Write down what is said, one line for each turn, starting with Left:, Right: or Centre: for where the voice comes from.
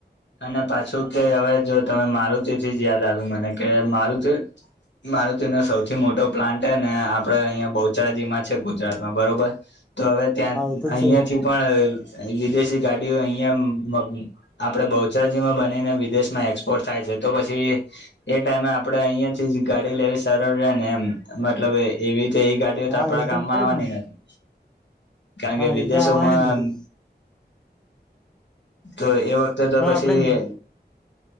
Left: અને પાછું કે હવે જો તમે મારુંતી તેથી જ યાદ આવ્યું મને કે મારુંતી તો મારૂતિ તનો સૌથી મોટો પ્લાન્ટ હ ને આપડે અહિયા યા બહુચરાજીમાં છે. ગુજરાતમાં બરોબર તો હવે ત્યાં
Centre: હા એ તો
Left: અહિયાં
Centre: છે જ
Left: થી પણ વિદેશ ગાડીઓ અહિયાં આપડે બહુચરજીમાં બનીને વિદેશમાં એક્સપોર્ટ થાય છે. તો પછી એ ટાઈમે આપડે અહિયાં થી જ ગાડી લેવી સરળ રહે ને એમ મતલબ એવી. તે એ ગાડીઓ તો
Centre: હા
Left: આપણા
Centre: એ
Left: કામમાં
Centre: છે
Left: આવવાની
Centre: જ ને
Left: નથી કારણ
Centre: હા
Left: કે વિદેશોમાં
Centre: એ તો આવવાની જ નથી
Left: તો એ વખતે તો
Centre: પણ
Left: પછી
Centre: આપડે